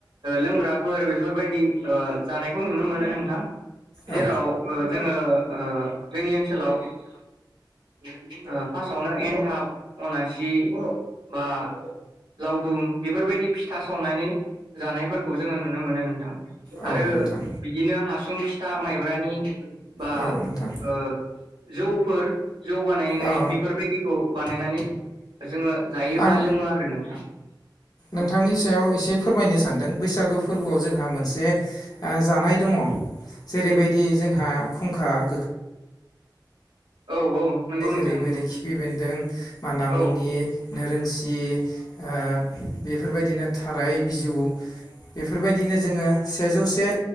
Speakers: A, on the right (about 80°); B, on the left (about 50°).
A: लोंग्राफोर बेफोरबायदि ओ जानायखौ नुनो मोनो नोंथां। जेराव
B: औ
A: ओ जोङो ओ जोंनि ओनसोलाव ओ फार्स्टआवनो एन्थाब अनासि बा लावदुम बेफोरबायदि फिथा सावनानै जानायफोरखौ जोङो नुनो मोनो नोंथां
B: औ
A: आरो
B: नोंथां
A: बिदिनो हासुं फिथा माइब्रानि बा
B: औ नोंथां
A: ओ जौफोर जौ बानायनाय
B: ओ
A: बेफोरबायदिखौ बानायनानै जोङो जायोबा
B: आं
A: लोङो आरो नोंथां।
B: नोंथांनि
A: औ
B: सायाव एसे फोरमायनो सान्दों बैसागु फोरबोआव जोंहा मोनसे आ जानाय दङ'। जेरैबायदि जोंहा खुंखा गोखा
A: औ औ नंगौ
B: जेरैबायदि
A: नोंथां नंगौ
B: खिफि बेन्दों मानामुनि
A: औ
B: नोरोंसि आ बेफोरबायदिनो थाराय बिजौ बेफोरबायदिनो जोङो सेजौसे